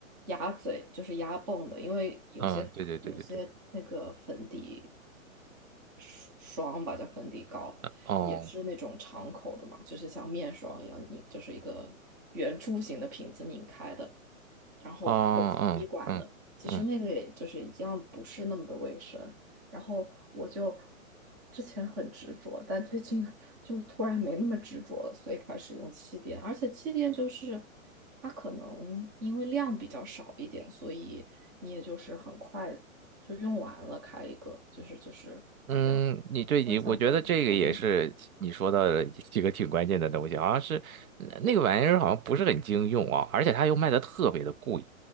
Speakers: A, on the right; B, on the right.
A: 压嘴，就是压泵的，因为有些有些那个粉底
B: 嗯，对对对对对，
A: 霜霜吧，叫粉底膏，
B: 哦
A: 也是那种敞口的嘛，就是像面霜一样，你就是一个圆柱形的瓶子拧开的，然后或者是滴管的，
B: 哦嗯嗯嗯。
A: 其实那个也就是一样，不是那么的卫生。然后我就之前很执着，但最近就突然没那么执着了，所以开始用气垫。而且气垫就是它可能因为量比较少一点，所以你也就是很快就用完了，开一个就是就是好像
B: 嗯，你对你，
A: 不会像粉底那么
B: 我觉得这个也是你说到的几个挺关键的东西，好像是呃那个玩意儿好像不是很经用啊，而且它又卖的特别的贵，